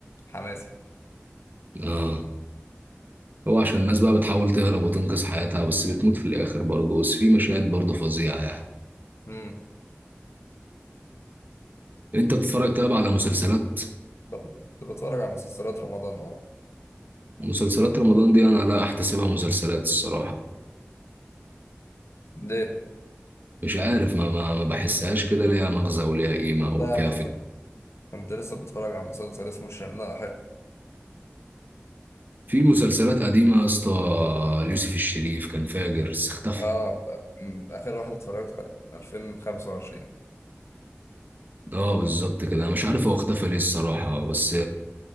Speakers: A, on the left; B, on the right.
A: حماسي
B: اه هو عشان الناس بقى بتحاول تهرب وتنقذ حياتها بس بتموت في الاخر برضه بس في مشاهد برضه فظيعه يعني
A: امم
B: انت بتتفرج طيب على مسلسلات
A: بت- كنت بتفرج على مسلسلات رمضان اه
B: مسلسلات رمضان دي انا لا احتسبها مسلسلات الصراحه
A: ليه
B: مش عارف ما ما ما بحسهاش كده ليها مغزى وليها قيمة
A: لا
B: وفيها
A: يا عم انا كنت كنت لسه بتفرج على مسلسل اسمه الشرنقة حلو
B: في مسلسلات قديمة يا اسطى يوسف الشريف كان فاجر بس اختفى
A: اه ب- أمم، اخر واحد اتفرجت عليه كان 2025
B: اه بالظبط كده انا مش عارف هو اختفى ليه الصراحة بس